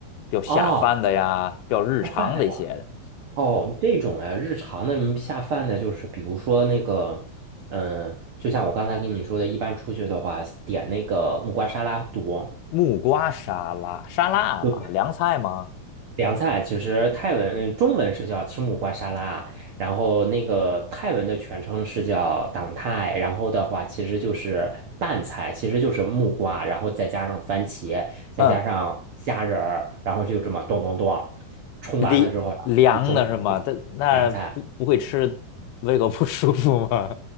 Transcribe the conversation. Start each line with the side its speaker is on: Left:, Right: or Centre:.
Left: 比较下饭的呀，
Right: 哦，
Left: 比较日常的一些的。
Right: 下饭的呀。哦，这种呀，日常的你下饭的，就是比如说那个，嗯、就像我刚才跟你说的，一般出去的话，点那个木瓜沙拉多。
Left: 木瓜沙拉，沙拉嘛，
Right: 对不对
Left: 凉菜嘛，
Right: 凉菜其实泰文，嗯，中文是叫青木瓜沙拉，然后那个泰文的全称是叫党泰，然后的话其实就是拌菜，其实就是木瓜，然后再加上番茄，再加上虾仁儿，
Left: 嗯，
Right: 然后就这么咚咚咚冲完了之后，
Left: 凉凉的是吗？
Right: 然后一盅一凉菜。
Left: 这那不不会吃，胃口不舒服吗？